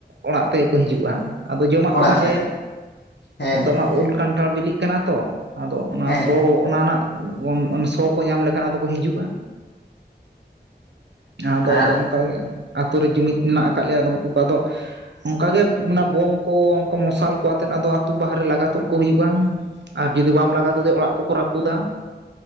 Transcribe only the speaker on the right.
ᱚᱲᱟᱜ ᱛᱮᱠᱚ ᱦᱤᱡᱩᱜᱼᱟ ᱾ ᱟᱫᱚ ᱡᱚᱢᱟᱜ
ᱠᱚ ᱯᱟᱸᱡᱟᱭᱟ,
ᱱᱤᱛᱚᱜ ᱢᱟ ᱩᱞ ᱠᱟᱱᱴᱷᱟᱲ ᱵᱤᱞᱤᱜ ᱠᱟᱱᱟ ᱛᱚ ᱟᱫᱚ ᱚᱱᱟ
ᱥᱚ ᱚᱱᱟ ᱨᱮᱱᱟᱜ ᱥᱚ ᱠᱚ ᱧᱟᱢ ᱞᱮᱠᱷᱟᱱ ᱟᱫᱚ ᱠᱚ ᱦᱤᱡᱩᱜᱼᱟ ᱾ ᱟᱫᱚ
ᱟᱫᱚ ᱚᱱᱠᱟᱟᱜᱮ ᱟᱛᱳ ᱨᱮ ᱡᱩᱢᱤᱫ ᱢᱮᱱᱟᱜ ᱟᱠᱟᱫ ᱞᱮᱭᱟ ᱟᱫᱚ ᱩᱱᱠᱩ ᱠᱚ ᱟᱫᱚ ᱚᱱᱠᱟ ᱜᱮ ᱚᱱᱟ ᱵᱳᱢ ᱠᱚ ᱚᱱᱠᱟ ᱢᱚᱥᱟᱞ ᱠᱚ ᱟᱛᱮᱮᱫ ᱟᱫᱚ ᱟᱛᱳ ᱵᱟᱦᱟᱨ ᱨᱮ ᱞᱟᱜᱟ ᱛᱩᱫ ᱠᱚ ᱦᱩᱭᱩᱜᱼᱟ ᱾ ᱟᱨ ᱡᱩᱫᱤ ᱵᱟᱢ ᱞᱟᱜᱟᱣ ᱛᱩᱫᱮᱭᱟ ᱚᱲᱟᱜ ᱠᱚᱠᱚ ᱨᱟᱹᱯᱩᱫᱟ ᱾